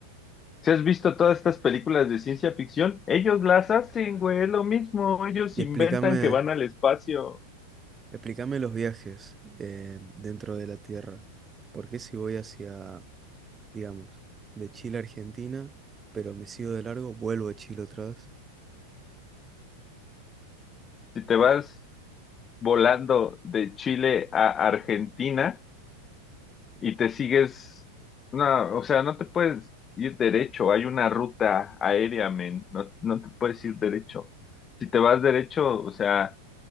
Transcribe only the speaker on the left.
si has visto todas estas películas de ciencia ficción, ellos las hacen, güey, es lo mismo, ellos
inventan
que van al espacio.
Si te vas volando de Chile a Argentina y te sigues, no, o sea, no te puedes ir derecho, hay una ruta aérea, men, no, no te puedes ir derecho. Si te vas derecho, o sea...